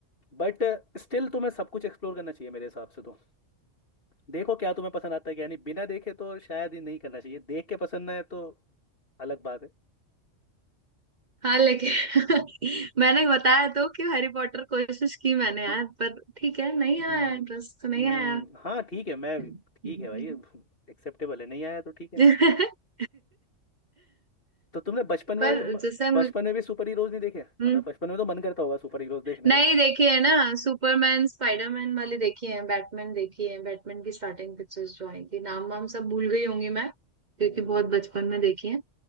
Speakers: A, on the left (about 45°); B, on the right (about 40°).
A: बट स्टिल तुम्हें सब कुछ एक्सप्लोर करना चाहिए मेरे हिसाब से तो देखो क्या तुम्हें पसंद आता है यानी बिना देखे तो शायद ही नहीं करना चाहिए देख के पसंद ना है तो अलग बात है
B: हाँ लेकिन <laughs> मैंने बताया तो कि हैरी पॉटर कोशिश की मैंने यार
A: तो
B: पर ठीक है नहीं
A: हम्म
B: आया इंटरेस्ट तो नहीं
A: हम्म
B: आया
A: हाँ ठीक है मैं
B: हम्म।
A: ठीक है भाई एक्सेप्टेबल है नहीं आया तो ठीक है
B: <laughs>
A: तो तुमने बचपन में
B: पर
A: भी
B: जैसे मुझ-
A: बचपन में भी सुपर हीरोज नहीं देखे मतलब
B: हम्म
A: बचपन में तो मन करता होगा सुपर हीरोज देखने
B: नहीं
A: का
B: देखी है ना सुपरमैन स्पाइडरमैन वाली देखी है बैटमैन देखी है बैटमैन की स्टार्टिंग पिक्चर्स जो आई थी नाम वाम सब भूल गई होंगी मैं क्योंकि
A: हम्म
B: बहुत बचपन में देखी है